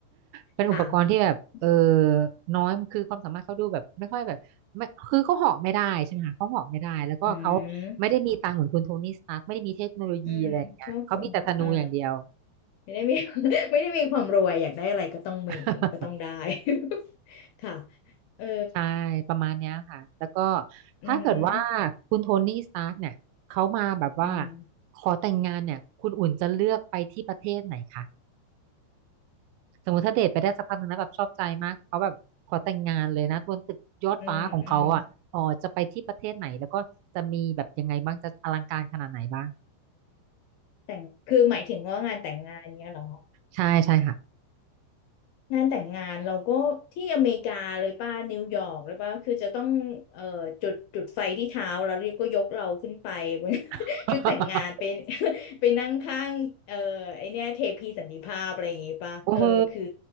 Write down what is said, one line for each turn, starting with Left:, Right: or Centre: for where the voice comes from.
Right: เป็นอุปกรณ์ที่แบบ
Left: ค่ะอ
Right: เออน้อย คือความสามารถเขาดูแบบไม่ค่อยแบบไม่คือเขาเหาะไม่ได้ใช่ไหมคะเขาเหาะไม่ได้แล้วก็เขา
Left: ืม
Right: ไม่ได้มีตังค์เหมือนคุณโทนี่สตาร์กไม่ได้มีเทคโนโลยีอะไรอย่างเงี้ยเขามีแต่ธนูอย่างเดียว
Left: อืมชอบความเออ ไม่ได้มี <laughs> ไม่ได้มีความรวยอยากได้อะไรก็ต้องมีก็ต้องได้
Right: <laughs>
Left: <laughs> ค่ะเออ
Right: ใช่ ประมาณเนี้ยค่ะ แล้วก็
Left: อืม
Right: ถ้าเกิดว่าคุณโทนี่สตาร์กเนี่ยเขามาแบบว่า
Left: อืม
Right: ขอแต่งงานเนี่ย คุณอุ่นจะเลือกไปที่ประเทศไหนคะ สมมติถ้าเดทไปได้สักพักหนึ่งนะแบบชอบใจมากเขาแบบขอแต่งงานเลยนะบนตึกยอดฟ้าของเขาอ่ะอ๋อจะไปที่ประเทศไหนแล้วก็จะมีแบบยังไงบ้างจะอลังการขนาดไหนบ้าง
Left: อืมอืมแต่งคือหมายถึงว่างานแต่งงานเนี้ยเหรอ
Right: ใช่ใช่ค่ะ
Left: งานแต่งงานเราก็ที่อเมริกาเลยป่ะนิวยอร์กเลยป่ะคือจะต้องเอ่อจุดจุดไฟที่เท้าแล้วก็ยกเราขึ้นไปบน <laughs>
Right: <laughs>
Left: ชุดแต่งงานไป <laughs> ไปนั่งข้างเอ่อไอเนี้ยเทพีสันติภาพอะไรอย่างงี้ป่ะเออคือ
Right: โอ้โห